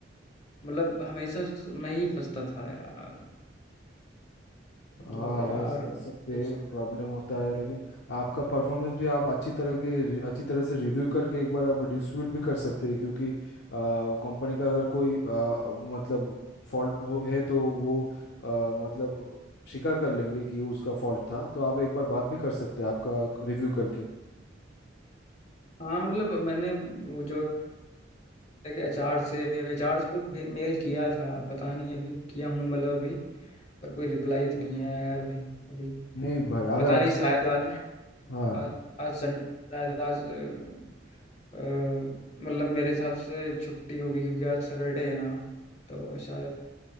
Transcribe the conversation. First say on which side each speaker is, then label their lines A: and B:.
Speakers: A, on the left; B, on the left.
A: मतलब हमेशा स- मैं ही फंसता था यार मतलब
B: हाँ
A: यार
B: भाई समझ सकते
A: कुछ
B: हैं प्रॉब्लम होता है लेकिन आपका परफॉर्मेंस भी आप अच्छी तरह के अच्छी तरह से रिव्यू करके एक बार आप डिस्प्यूट भी कर सकते हैं क्योंकि कंपनी का अगर कोई आ, मतलब फॉल्ट हो है तो वो आ, मतलब स्वीकार कर लेंगे कि उसका फॉल्ट था तो आप एक बार बात भी कर सकते हैं आपका रिव्यू करके
A: हाँ मतलब मैंने वो जो एचआर से एचआर को भी मेल किया था पता नहीं अभी किया हूँ मतलब अभी पर कोई रिप्लाई तो नहीं आया यार अभी अभी
B: नहीं भाई अगर
A: पता
B: अच्छा
A: नहीं शायद
B: कंपनी
A: आज
B: हाँ
A: आज आज सन शायद आज अ, मतलब मेरे हिसाब से छुट्टी होगी क्योंकि आज सैटरडे है ना तो शायद